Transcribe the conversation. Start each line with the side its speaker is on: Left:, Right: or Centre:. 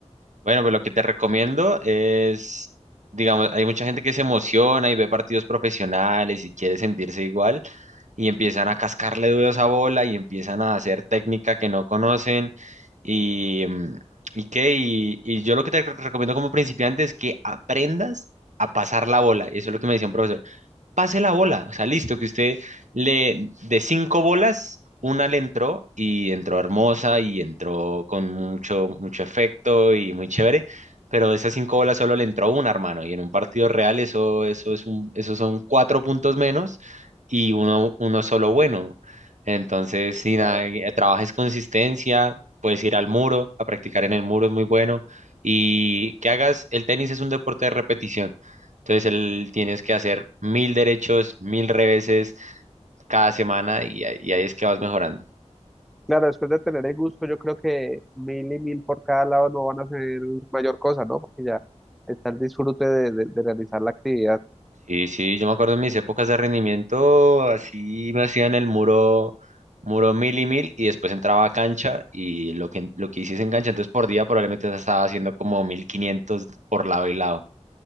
Right: Bueno, pues lo que te recomiendo es, digamos, hay mucha gente que se emociona y ve partidos profesionales y quiere sentirse igual y empiezan a cascarle duro a esa bola y empiezan a hacer técnica que no conocen y, mm, y qué, y, y yo lo que te recomiendo como principiante es que aprendas a pasar la bola. Eso es lo que me decía un profesor pase la bola. O sea, listo, que usted le de cinco bolas, una le entró y entró hermosa y entró con mucho, mucho efecto y muy chévere, pero de esas cinco bolas solo le entró una, hermano. Y en un partido real eso, eso es un, eso son cuatro puntos menos y uno, uno solo bueno. Entonces, si nada,
Centre: Claro.
Right: eh, trabajes consistencia, puedes ir al muro, a practicar en el muro es muy bueno. Y que hagas, el tenis es un deporte de repetición. Entonces él tienes que hacer mil derechos, mil reveses cada semana y, ahí y ahí es que vas mejorando.
Centre: Claro, después de tener el gusto, yo creo que mil y mil por cada lado no van a ser mayor cosa, ¿no? Porque ya está el disfrute de, de de realizar la actividad.
Right: Y sí, yo me acuerdo en mis épocas de rendimiento, así me hacían el muro, muro mil y mil y después entraba a cancha y lo que, lo que hiciese en cancha, entonces por día probablemente estaba haciendo como 1500 por lado y lado.